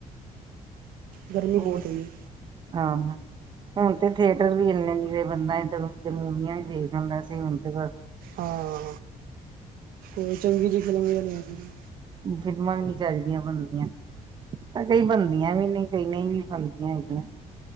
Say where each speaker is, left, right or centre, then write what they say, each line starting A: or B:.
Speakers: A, on the right; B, on the right.
A: ਗਰਮੀ ਬਹੁਤ
B: ਉਹ
A: ਹੋਈ ਏ।
B: ਹਾਂ। ਹੁਣ ਤੇ ਥੀਏਟਰ ਵੀ ਐਨੇ ਨੀ ਰਹੇ ਬੰਦਾ ਏਧਰ-ਓਧਰ ਮੁਵੀਆ ਦੇਖਦਾ ਹੁੰਦਾ ਸੀ ਹੁਣ ਤੇ ਬਸ
A: ਹਾਂ। ਕੋਈ ਚੰਗੀ ਜੀ ਫਿਲਮ ਵੇ <unintelligible>
B: ਫ਼ਿਲਮਾਂ ਵੀ ਨੀ ਚੱਜ ਦੀਆ ਬਣਦੀਆ, <unintelligible> ਕਈ ਬਣਦੀਆਂ ਵੀ ਨੀ। ਕਈ ਨਈ ਵੀ ਬਣਦੀਆਂ ਹੈਗੀਆਂ।